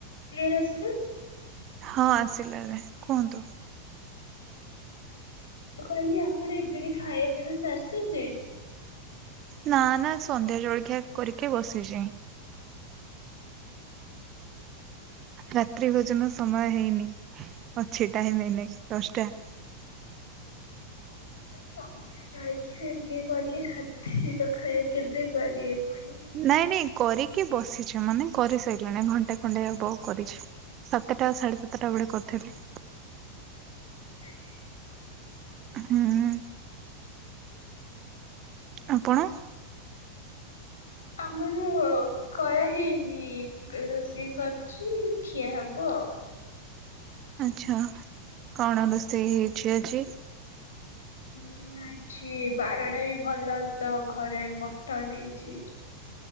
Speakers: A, on the left; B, on the right.
A: କ୍ଲିୟର ଆସିଲ
B: ହଁ ଆସିଲା ଏବେ କୁହନ୍ତୁ।
A: କହିଲି ଆପଣ ଏବେ ଖାଇ ପିଇ ବି ସାରିସେ ଲେଣି।
B: ନା ନା ସନ୍ଧ୍ୟା ଜଳଖିଆ କରିକି ବସିଛି। ରାତ୍ରି ଭୋଜନ ସମୟ ହେଇନି ଅଛି ଟାଇମ ହେଇନାଇ ଦଶଟା।
A: ସନ୍ଧ୍ୟା ଜଳଖିଆ ଏବେ କରି ରାତିର ଖାଇବା କେବେ କରିବେ ପୁଣି।
B: ନାଇଁ ନାଇଁ କରିକି ବସିଛି ମାନେ କରିସାରିଲାଣି ଘଣ୍ଟେ ଖଣ୍ଟେ ହବ କରିଛି। ସାତଟା ସାଢ଼େ ସାତଟା ବେଳେ କରିଥିଲି।
A: ଆରେ <unintelligible>
B: ହୁଁ ଆପଣ?
A: ଆମର କର ହେଇନି ରୋଷେଇ ସ? ଚ ଖିଏ ହବ ଆଉ।
B: ଆଛା କଣ ରୋଷେଇ ହେଇଛି ଆଜି?
A: ହୁଁ ଆଜି ବାରଟା ବି ଭଲ ତ ଘରେ ମଟନ ହେଇଛି।